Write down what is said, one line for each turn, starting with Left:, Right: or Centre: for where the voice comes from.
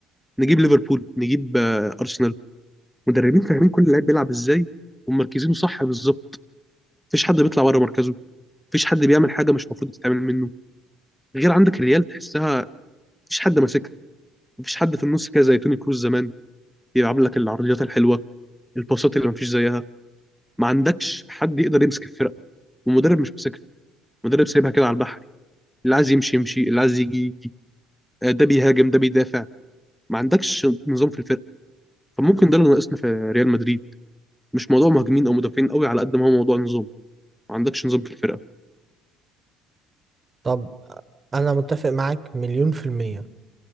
Centre: نجيب ليفربول نجيب آه، ارسنال مدربين فاهمين كل لعيب بيلعب ازاي ومركزينه صح بالظبط مفيش حد بيطلع بره مركزه مفيش حد بيعمل حاجه مش المفروض تتعمل منه غير عندك الريال تحسها مفيش حد ماسكها مفيش حد في النص كده زي توني كروز زمان بيلعب لك العرضيات الحلوه الباصات اللي مفيش زيها ما عندكش حد يقدر يمسك الفرقه والمدرب مش ماسكها المدرب سايبها كده على البحر اللي عايز يمشي يمشي اللي عايز يجي يجي آه، ده بيهاجم ده بيدافع ما عندكش نظام في الفرقه فممكن ده اللي ناقصنا في ريال مدريد مش موضوع مهاجمين او مدافعين قوي على قد ما هو موضوع نظام ما عندكش نظام في الفرقه
Right: طب انا متفق معاك مليون في المية